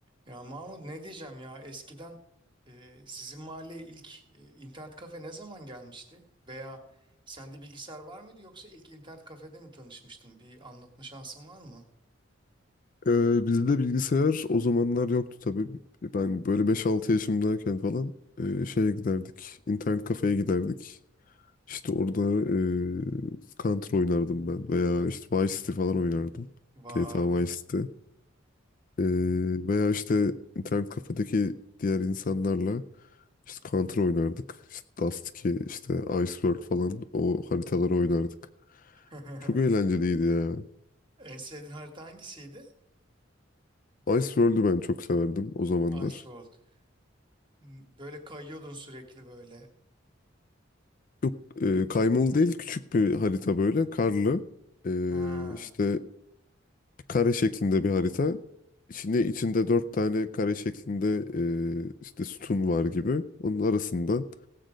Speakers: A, on the right; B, on the left.
A: Ya Mahmut ne diyeceğim ya eskiden e, sizin mahalleye ilk e, internet kafe ne zaman gelmişti? Veya sende bilgisayar var mıydı yoksa ilk internet kafede mi tanışmıştın? Bir anlatma şansın var mı?
B: Ee, bizde bilgisayar o zamanlar yoktu tabii. Ben böyle beş altı yaşımdayken falan e, şeye giderdik. İnternet kafeye giderdik. İşte orada e, Counter oynardım ben veya işte Vice City falan oynardım.
A: Vay.
B: GTA Vice City. E, veya işte internet kafedeki diğer insanlarla işte Counter oynardık. İşte Dust 2, işte Ice World falan o haritaları oynardık.
A: <laughs>
B: Çok eğlenceliydi ya.
A: En sevdiğin harita hangisiydi?
B: Ice world'u ben çok severdim o zamanlar.
A: Iceworld. M, Böyle kayıyordun sürekli böyle.
B: Yok e, kaymalı değil küçük bir harita böyle karlı E,
A: Ha.
B: işte kare şeklinde bir harita. İçinde içinde dört tane kare şeklinde e, işte sütun var gibi. Onun arasından